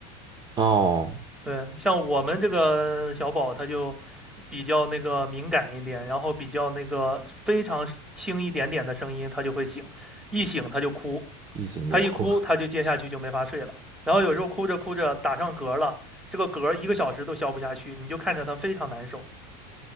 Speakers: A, on the right; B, in the centre.
A: 哦，
B: 对，像我们这个小宝他就比较那个敏感一点，然后比较那个非常轻一点点的声音他就会醒，一醒他就哭，
A: 一醒就哭。
B: 他一哭他就接下去就没法睡了。然后有时候哭着哭着打上嗝了，这个嗝一个小时都消不下去，你就看着他非常难受，